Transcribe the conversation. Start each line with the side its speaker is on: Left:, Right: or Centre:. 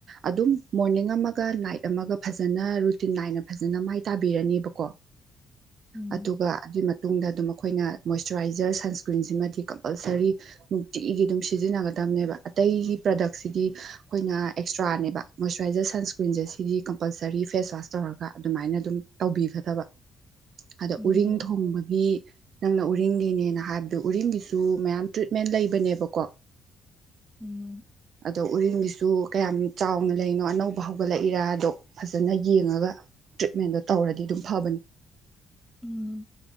Right: ꯑꯗꯨꯝ ꯃꯣꯔꯅꯤꯡ ꯑꯃꯒ ꯅꯥꯏꯠ ꯑꯃꯒ ꯐꯖꯅ ꯔꯨꯇꯤꯟ ꯅꯥꯏꯅ ꯐꯖꯅ ꯃꯥꯏ ꯇꯥꯕꯤꯔꯅꯦꯕꯀꯣ
Centre: <unintelligible> ꯎꯝ
Right: ꯑꯗꯨꯒ ꯑꯗꯨꯒꯤ ꯃꯇꯨꯡꯗ ꯑꯗꯨꯝ ꯑꯩꯈꯣꯏꯅ ꯃꯣꯏꯆꯔꯥꯏꯖꯔ ꯁꯟꯁ꯭ꯀ꯭ꯔꯤꯟꯁꯤꯃꯗꯤ ꯀꯝꯄꯜꯁꯔꯤ ꯅꯨꯡꯇꯤꯒꯤ ꯑꯗꯨꯝ ꯁꯤꯖꯤꯟꯅꯒꯗꯕꯅꯦꯕ ꯑꯇꯩꯒꯤ ꯄ꯭ꯔꯗꯛꯁꯤꯗꯤ ꯑꯩꯈꯣꯏꯅ ꯑꯦꯛꯁꯇ꯭ꯔꯥꯅꯦꯕ ꯃꯣꯏꯆꯔꯥꯏꯖꯔ ꯁꯟꯁꯀ꯭ꯔꯤꯟꯁꯦ ꯁꯤꯗꯤ ꯀꯝꯄꯜꯁꯔꯤ ꯐꯦꯁꯋꯥꯁ ꯇꯧꯔꯒ ꯑꯗꯨꯃꯥꯏꯅ ꯑꯗꯨꯝ ꯇꯧꯕꯤꯒꯗꯕ ꯑꯗ
Centre: ꯎꯝ
Right: ꯎꯔꯤꯡ ꯊꯨꯡꯕꯒꯤ ꯅꯪꯅ ꯎꯔꯤꯡꯒꯤꯅꯦꯅ ꯍꯥꯏꯕꯗꯨꯣ ꯎꯔꯤꯡꯒꯤꯁꯨ ꯃꯌꯥꯝ ꯇ꯭ꯔꯤꯠꯃꯦꯟ ꯂꯩꯕꯅꯦꯕꯀꯣ
Centre: ꯎꯝ
Right: ꯑꯗꯣ ꯎꯔꯤꯡꯒꯤꯁꯨ ꯀꯌꯥꯝ ꯆꯥꯎꯅ ꯂꯩꯅꯣ ꯑꯅꯧꯕ ꯍꯧꯒꯠꯂꯛꯏꯔꯗꯣ ꯐꯖꯅ ꯌꯦꯡꯉꯒ ꯇ꯭ꯔꯤꯠꯃꯦꯟꯗꯣ ꯇꯧꯔꯗꯤ ꯑꯗꯨꯝ ꯐꯕꯅꯤ
Centre: ꯎꯝ